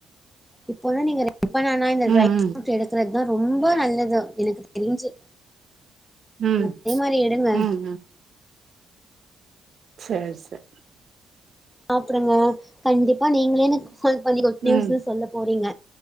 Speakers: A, in the centre; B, on the right.
A: இப்போதா நீங்க இப்ப நானா இந்த
B: ம்
A: ட்ரை ஃப்ரூட் எடுக்றதுதா ரொம்ப நல்லது எனக்கு தெரிஞ்சி
B: ம் ம்
A: அதே மாரி எடுங்க
B: ம் செரி செரி
A: சாப்டுங்க கண்டிப்பா நீங்களே எனக்கு கால் பண்ணி குட்
B: ம்
A: நியூஸ்னு சொல்ல போறீங்க